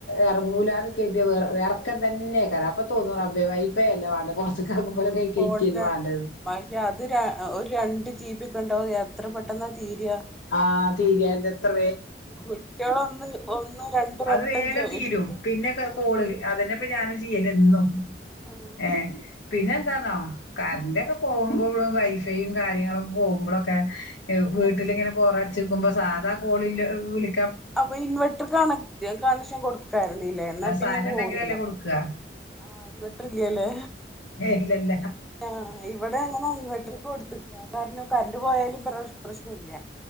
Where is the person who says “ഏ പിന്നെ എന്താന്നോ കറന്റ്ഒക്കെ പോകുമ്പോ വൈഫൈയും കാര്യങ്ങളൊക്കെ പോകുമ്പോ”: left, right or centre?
Left